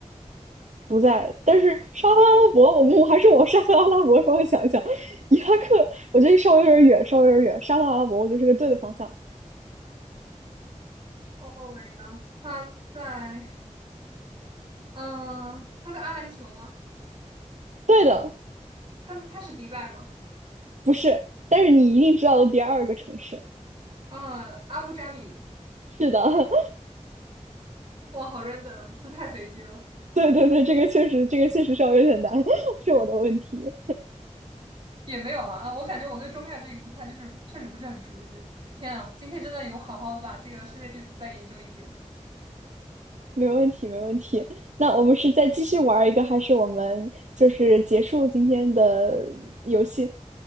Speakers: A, on the right (about 70°); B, on the right (about 40°).
A: 不在，但是沙特阿拉伯，我们我还是往沙特阿拉伯方向想一想。伊拉克，我觉得稍微有点远，稍微有点远。沙特阿拉伯，我觉得是个对的方向。
B: Oh my god！他在嗯，他在阿联酋吗？
A: 对的，
B: 他在他是迪拜吗？
A: 不是，但是你一定知道的第二个城市。
B: 嗯，阿布扎比，
A: 是的，
B: 哇，好 random，啊这太随机了，
A: <laughs> 对对对，这个确实，这个确实稍微有点难，是我的问题。
B: 也没有了啊。我感觉我对中亚这一块就是确实不是很熟悉。天啊，今天真的有好好的把这个世界地图再研究一遍。
A: 没问题，没问题。那我们是再继续玩一个，还是我们就是结束今天的游戏？